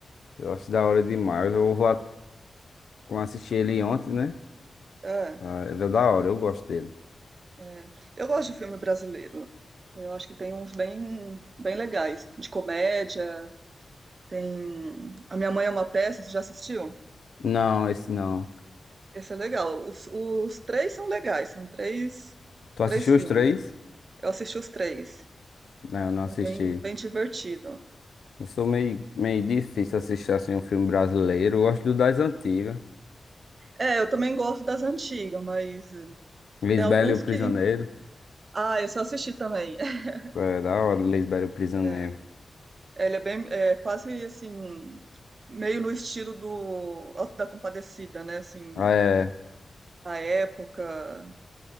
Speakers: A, on the left (about 80°); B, on the right (about 45°).
A: eu acho da hora demais. Eu vou, a- como eu assisti ele ontem, né?
B: É,
A: Ah, Ele é da hora, eu gosto dele.
B: é. Eu gosto de filme brasileiro. Eu acho que tem uns bem, bem legais, de comédia. Tem A Minha Mãe é uma Peça, você já assistiu?
A: Não, esse não.
B: Esse é legal. Os, os três são legais, são três,
A: Tu
B: três
A: assistiu
B: filmes.
A: os três?
B: Eu assisti os três.
A: Não, eu não assisti.
B: É bem, bem divertido.
A: Eu sou meio, meio difícil assistir assim um filme brasileiro. Eu gosto do das antigas.
B: É, eu também gosto das antigas, mas eh,
A: Lisbela
B: tem alguns
A: e o Prisioneiro.
B: que. Ah, esse eu assisti também. <laughs>
A: É da hora, Lisbela e o Prisioneiro.
B: É, ele é bem, é quase assim, meio no estilo do Auto da Compadecida, né? Assim,
A: Ah, É,
B: a época,